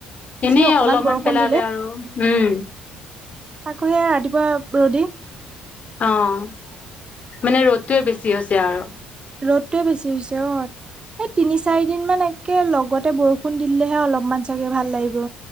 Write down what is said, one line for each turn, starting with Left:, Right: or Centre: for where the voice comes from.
Left: এনেই
Right: যি অকমান
Left: অলপমান
Right: বৰষুণ
Left: পেলালে
Right: দিলে
Left: আৰু উম
Right: আকৌ সে ৰাতিপুৱা ৰ'দ
Left: অ মানে ৰ'দটোৱে বেছি হৈছে আৰু
Right: ৰ'দটোৱে বেছি হৈছে অ' এই তিনি চাৰি দিন মান একে লগতে বৰষুণ দিলেহে অলপমান চাগে ভাল লাগিব।